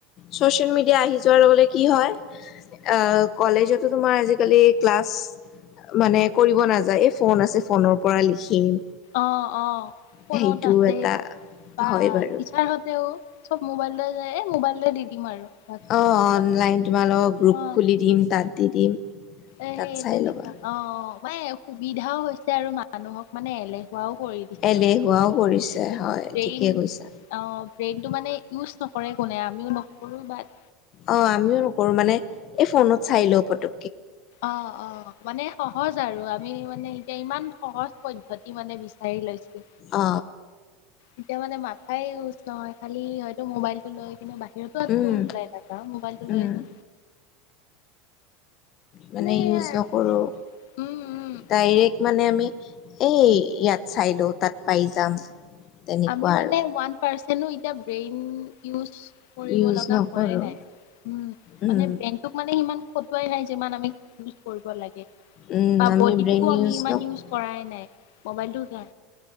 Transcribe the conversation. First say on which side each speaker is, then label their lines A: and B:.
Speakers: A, on the left; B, on the left.
A: চচিয়েল মিডিয়া আহি যোৱাৰ লগে। কি হয় কলেজতো তোমাৰ আজিকালি ক্লাছ। মানে কৰিব নাযায় এই ফোন আছে ফোনৰ পৰা লিখিম
B: অ অ কোনত
A: সেইটো
B: আছে
A: এটা
B: বা
A: হয় বাৰু
B: টিচাৰ হত তেওঁ চব মোবাইল যায় মোবাইল দি দিম আৰু হোৱাটছএপত
A: অ
B: গ্ৰুপত
A: অনলাইন তোমালোকৰ গ্ৰুপ
B: অ
A: খুলি দিম তাত দি দিম
B: এ
A: তাত
B: সেই
A: চাই
B: তেনেকুৱা
A: ল'বা
B: অ মানে সুবিধাও হৈছে আৰু মানুহক মানে এলে খও কৰি দিছে
A: এলেহুৱাও
B: মানে
A: কৰিছে
B: ব্ৰেইন
A: হয় ঠিকে কৈছা
B: আহ ব্ৰেইনটো মানে, ইউজ নকৰে কোনে আমিও নকৰো বাট
A: অ আমিও নকৰো মানে এই ফোনত চাই লও ফটো
B: অ অ মানে সহজ আৰু আমি মানে এতিয়া ইমান সহজ পদ্ধতি মানে বিচাৰি লৈছো।
A: অ
B: এতিয়া মানে মাথাই ইউজ নহয় খালি হয়তো মোবাইলতটো লৈ কিনে বাহিৰত খ আ
A: উম
B: ত ফাইট আকা মোবাইলটোো
A: উম
B: লৈয়ছ ন
A: মানে
B: সেয়া
A: ইউজ
B: আৰু
A: নকৰোঁ
B: উম, উম,
A: ডাইৰেক্ট মানে আমি এ ইয়াত চাই লও তাত পাই যাম। তেনেকুৱা
B: আমি মানে
A: আৰু
B: ওৱান পাৰেনো বেৰেন জ কৰিব
A: ইউজ
B: লগা
A: নকৰো
B: হোৱাই নাই। উম,
A: উম
B: মানে বেংকত মানে সিমান সটোৱাই নাই যিমান আমি ইউজ কৰিব লাগে।
A: উম
B: বা
A: আমি
B: বডিটোও
A: ব্ৰেইন
B: আমি ইমান
A: নক
B: ইউজ
A: উম
B: কৰাই নাই মোবাইলটো য